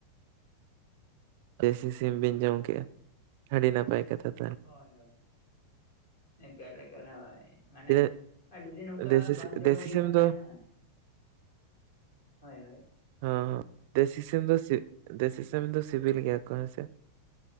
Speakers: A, on the right; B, on the left.
A: ᱫᱮᱥᱤ ᱥᱤᱢ ᱵᱤᱱ ᱡᱚᱢ ᱠᱮᱜᱼᱟ, ᱟᱹᱰᱤ ᱱᱟᱯᱟᱭ ᱠᱟᱛᱷᱟ ᱫᱚ᱾
B: ᱦᱳᱭ ᱦᱳᱭ, ᱮᱠᱟᱞ ᱮᱠᱟᱞ ᱦᱚᱭ᱾ ᱢᱟᱱᱮ
A: ᱛᱤᱱᱟᱹᱜ
B: ᱟᱹᱰᱤ ᱫᱤᱱ ᱚᱱᱠᱟ
A: ᱫᱮᱥᱤ
B: ᱵᱟᱝ ᱡᱚᱢ
A: ᱫᱮᱥᱤ
B: ᱦᱩᱭᱠᱟᱱ
A: ᱥᱤᱢ
B: ᱛᱟᱦᱮᱱᱟ᱾
A: ᱫᱚ
B: ᱦᱳᱭ ᱦᱳᱭ,
A: ᱦ ᱦ ᱫᱮᱥᱤ ᱥᱤᱢ ᱫᱚ ᱫᱮᱥᱤ ᱥᱤᱢ ᱫᱚ ᱥᱤᱵᱤᱞ ᱜᱮᱭᱟ ᱠᱚ ᱦᱮᱸᱥᱮ᱾